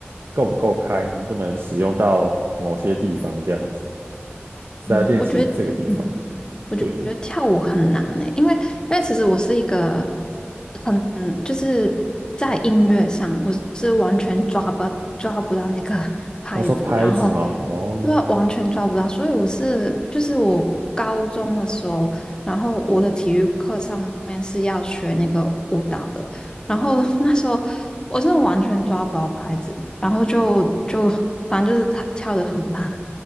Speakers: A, on the right (about 65°); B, on the left (about 20°).
A: 够不够开，能不能使用到某些地方这样子，是在练习这个地方。
B: 嗯，我觉得，嗯，
A: 对，
B: 觉得跳舞很难诶、因为因为其实我是一个很就是在音乐上，我是完全抓不抓不到那个 <laughs> 拍子，
A: 我、说拍子吗？
B: 然后
A: 哦，
B: 对啊，完全抓不到，所以我是就是我高中的时候，然后我的体育课上面是要学那个舞蹈的，然后 <laughs> 那时候我真的完全抓不到拍子，然后就就反正就是跳跳的很烂，